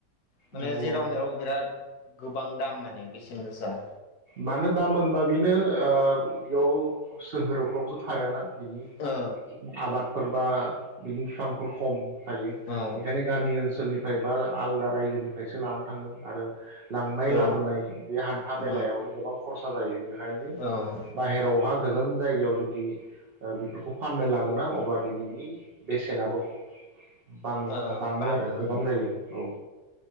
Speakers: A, on the left; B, on the right.
A: माने
B: नंगौ
A: जेराव
B: नंगौ
A: मेराव बिराद गोबां दाम माने बेसेन गोसा
B: मानो दाम होनबा बेनो ओ बेयाव सोहोरावफ्रावथ' थायाना? बिनि
A: ओ
B: आबादफोर ओ बिनि बिफांफोर खम थायो
A: औ
B: बेखायनो गामि ओनसोलनि फ्राय बा आलादा रायजोनिफ्रायसो लानानै थाङो आरो लांनाय
A: औ
B: लाबोनाय बे हान्था
A: औ
B: मेलायाव गोबां खरसा जायो बेखायनो
A: औ
B: बाहेरावहा गोजान जायगायाव जुदि ओ बेफोरखौ फाननो लांङोना अब्लानो बिनि बेसेनाबो बां
A: ओ
B: बांङो
A: बाङो
B: आरो गोबां
A: ओं
B: जायो औ